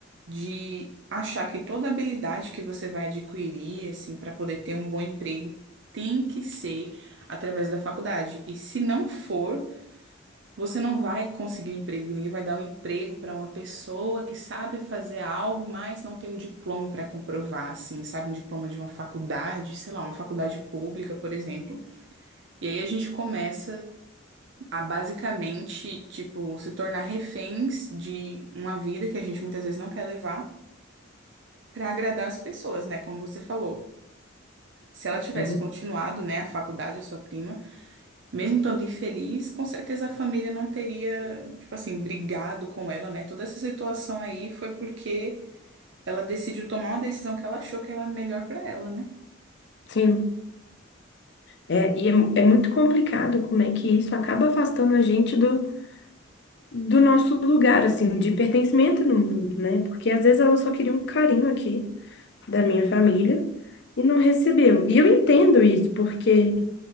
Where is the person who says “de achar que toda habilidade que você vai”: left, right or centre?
Right